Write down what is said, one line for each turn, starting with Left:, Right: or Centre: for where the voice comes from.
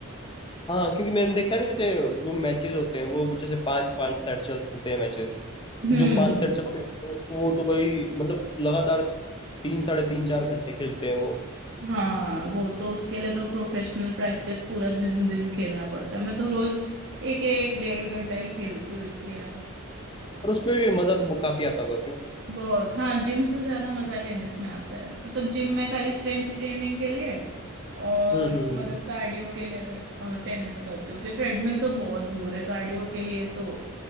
Left: हाँ क्योंकि मैंने देखा है ना जैसे जो मैचेस होते हैं वो जैसे पांच पांच सेट चलते हैं मैचेस
Right: हम्म
Left: तो जो पांच सेट चलते हैं तो उसको वो तो भाई मतलब लगातार तीन साढ़े तीन चार घंटे खेलते हैं वो
Right: हाँ वो तो उसके लिए तो प्रोफेशनल प्रैक्टिस पूरा दिन दिन खेलना पड़ता है मैं तो रोज एक एक डेढ़ घंटा ही खेलती हूँ इसलिए
Left: और उसमें भी मजा तो काफी आता होगा क्यों
Right: बहुत हाँ जिम से ज्यादा मजा टेनिस में आता है मतलब जिम में खाली स्ट्रेंथ ट्रेनिंग के लिए और
Left: हम्म हम्म
Right: मतलब
Left: हम्म।
Right: कार्डियो के लिए टेनिस करती हूँ कि ट्रेडमिल तो बहुत बोर है कार्डियो के लिए तो